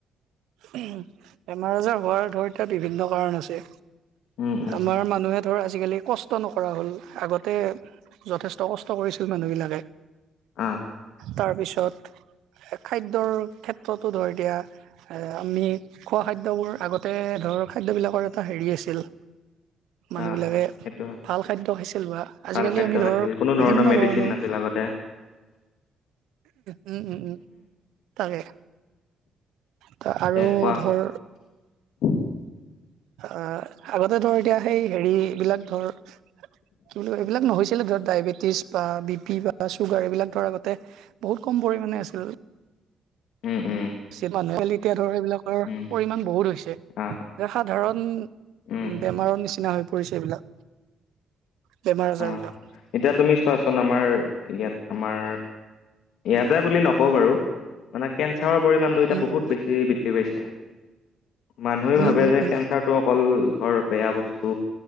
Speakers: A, on the right (about 80°); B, on the left (about 80°).
A: বেমাৰ আজাৰ হোৱাৰ ধৰ এতিয়া বিভিন্ন কাৰণ আছে।
B: উম, উম,
A: আমাৰ মানুহে ধৰ আজিকালি কষ্ট নকৰা হ'ল, আগতে যথেষ্ট কষ্ট কৰিছিল মানুহবিলাকে
B: অ'।
A: তাৰপিছত খাদ্যৰ ক্ষেত্ৰতো ধৰি দিয়া আমি খোৱা খাদ্যবোৰ আগতে ধৰ খাদ্যবিলাকৰ এটা হেৰি আছিল মানুহবিলাকে
B: অ'। সেইটো হয়,
A: ভাল খাদ্য খাইছিল বা আজিকালি
B: ভাল খাদ্য
A: আমি
B: খাইছিল,
A: ধৰ
B: কোনো
A: বিভিন্ন
B: মেডিচিন
A: ধৰণৰ
B: <unintelligible>
A: উম, উম, উম। তাকে। ত'
B: এতিয়া
A: আৰু
B: কোৱা।
A: ধৰ
B: <inaudible>
A: আ, আগতে ধৰ এতিয়া সেই হেৰি বিলাক ধৰ কি বুলি কয়, এইবিলাক নহৈছিলে, ধৰ ডায়েবেটিছ বা বি পি বা চুগাৰ এইবিলাক ধৰা আগত তে বহুত কম পৰিমাণে আছিল।
B: উম, উম,
A: পিছে মানুহে পলিট এইবিলাকৰ
B: উম,
A: পৰিমান বহুত হৈছে
B: অ',
A: যে সাধাৰণ
B: উম,
A: বেমাৰৰ নিচিনা হৈ কৰিছে এইবিলাক। বেমাৰ আজাৰ
B: অ'
A: বিলাক।
B: এতিয়া তুমি চোৱাচোন আমাৰ ইয়াত আমাৰ ইয়াত বুলি নকও বাৰু, মানে কেঞ্চাৰৰ পৰিমাণটো এতিয়া
A: উম
B: বহুত
A: উম
B: বেছি বৃদ্ধি পাইছে। মানুহে
A: উম
B: ভাবে
A: উম
B: যে
A: উম
B: কেঞ্চাৰটো অকল ধৰ বেয়া বস্তু